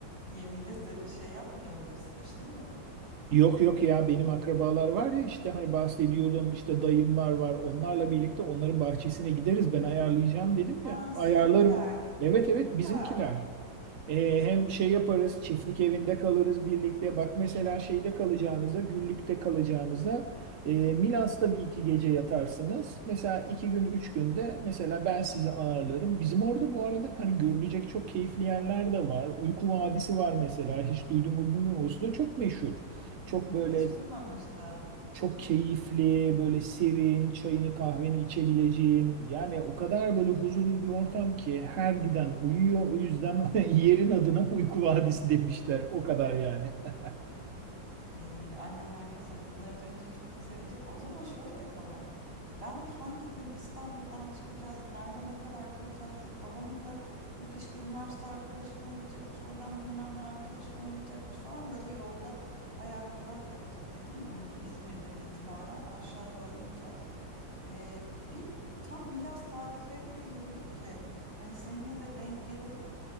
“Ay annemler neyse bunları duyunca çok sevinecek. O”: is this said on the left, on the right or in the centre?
Right